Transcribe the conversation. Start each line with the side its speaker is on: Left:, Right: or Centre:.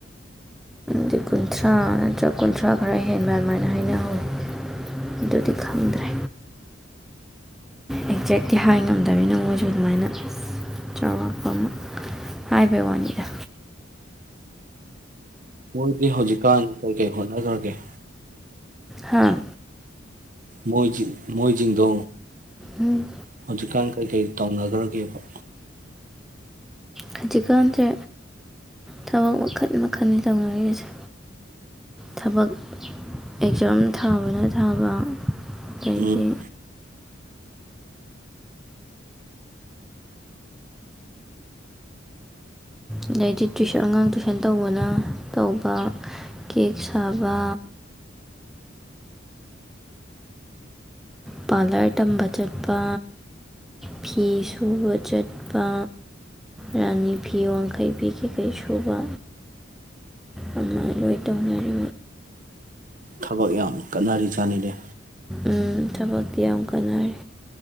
Centre: ꯗꯤ ꯀꯨꯟꯊ꯭ꯔꯥ ꯅꯠꯇ꯭ꯔꯒ ꯀꯨꯟꯊ꯭ꯔꯥ ꯈꯔ ꯍꯦꯟꯕ ꯑꯗꯨꯃꯥꯏꯅ ꯍꯥꯏꯩꯅꯍꯧꯋꯤ ꯑꯗꯨꯗꯤ ꯈꯪꯗ꯭ꯔꯦ ꯑꯦꯛꯖꯦꯛꯇꯤ ꯍꯥꯏ ꯉꯝꯗꯃꯤꯅ ꯃꯣꯏꯁꯨ ꯑꯗꯨꯃꯥꯏꯅ ꯆꯥꯎꯔꯥꯛꯄ ꯑꯃ ꯍꯥꯏꯕꯩ ꯋꯥꯅꯤꯗ
Right: ꯃꯣꯏꯗꯤ ꯍꯧꯖꯤꯛꯀꯥꯟ ꯀꯩꯀꯩ ꯍꯣꯠꯅꯈ꯭ꯔꯒꯦ
Centre: ꯍꯥꯥ
Right: ꯃꯣꯏ ꯃꯣꯏꯖꯤꯡꯗꯣ
Centre: ꯎꯝ
Right: ꯍꯧꯖꯤꯛꯀꯥꯟ ꯀꯩꯀꯩ ꯇꯧꯅꯈ꯭ꯔꯒꯦꯕ
Centre: ꯍꯧꯖꯤꯛꯀꯥꯟꯁꯦ ꯊꯕꯛ ꯃꯈꯜ ꯃꯈꯜꯅꯤ ꯇꯧꯅꯔꯤꯁꯦ ꯊꯕꯛ ꯑꯦꯛꯖꯥꯝ ꯊꯥꯕꯅ ꯊꯥꯕ ꯑꯗꯩꯒꯤ
Right: ꯎꯝ
Centre: ꯑꯗꯩꯗꯤ ꯇꯨꯏꯁꯟ ꯑꯉꯥꯡ ꯇꯨꯏꯁꯟ ꯇꯧꯕꯅ ꯇꯧꯕ ꯀꯦꯛ ꯁꯥꯕ ꯄꯥꯔꯂꯔ ꯇꯝꯕ ꯆꯠꯄ ꯐꯤ ꯁꯨꯕ ꯆꯠꯄ ꯔꯥꯅꯤ ꯐꯤ ꯋꯥꯡꯈꯩ ꯐꯤ ꯀꯩ ꯀꯩ ꯁꯨꯕ ꯑꯗꯨꯃꯥꯏꯅ ꯂꯣꯏ ꯇꯧꯅꯔꯤ
Right: ꯊꯕꯛ ꯌꯥꯝ ꯀꯟꯅꯔꯤ ꯖꯥꯠꯅꯤꯅꯦ
Centre: ꯎꯝ ꯊꯕꯛꯇꯤ ꯌꯥꯝ ꯀꯥꯟꯅꯔꯦ